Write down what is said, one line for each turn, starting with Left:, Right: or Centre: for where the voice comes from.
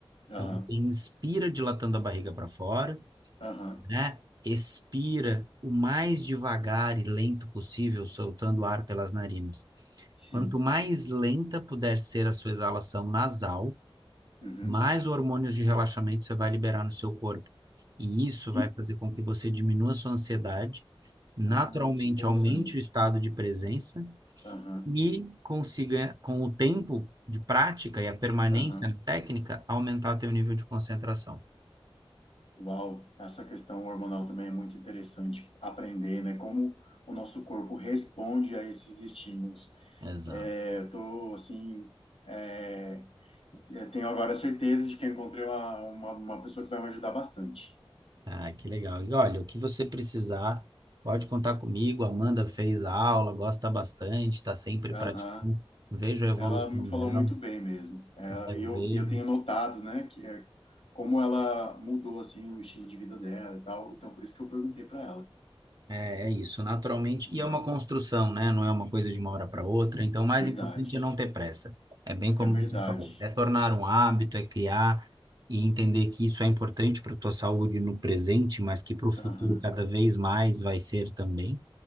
Left: aham,
Right: Então você inspira dilatando a barriga para fora,
Left: aham,
Right: né? Expira o mais devagar e lento possível, soltando ar pelas narinas.
Left: sim,
Right: Quanto mais lenta puder ser a sua exalação nasal,
Left: uhum.
Right: mais hormônios de relaxamento você vai liberar no seu corpo. E isso
Left: E-
Right: vai fazer com que você diminua a sua ansiedade, naturalmente
Left: ah, que interessante.
Right: aumente o estado de presença
Left: Aham,
Right: e consiga, com o tempo de prática e a permanência
Left: aham.
Right: na técnica, aumentar teu nível de concentração.
Left: Uau, essa questão hormonal também é muito interessante aprender, né? Como o nosso corpo responde a esses estímulos.
Right: Exato.
Left: É, eu tô, assim, é, eu tenho agora certeza de que eu encontrei uma, uma, uma pessoa que vai me ajudar bastante.
Right: Ah, que legal. E olha, o que você precisar, pode contar comigo. A Amanda fez a aula, gosta bastante, está sempre
Left: Aham,
Right: praticando. Vejo a evolução
Left: Ela me falou
Right: dela,
Left: muito bem mesmo. É,
Right: eu
Left: e eu,
Right: vejo.
Left: eu tenho notado, né, que é, como ela mudou, assim, o estilo de vida dela e tal. Então, por isso que eu perguntei para ela.
Right: É, é isso, naturalmente.
Left: Uhum.
Right: E é uma construção, né? Não é uma coisa de uma hora para outra. Então, o mais
Left: Verdade,
Right: importante é não ter pressa. É bem como
Left: é verdade.
Right: você falou, é tornar um hábito, é criar e entender que isso é importante para a tua saúde no presente, mas que para o futuro
Left: Aham.
Right: cada vez mais vai ser também,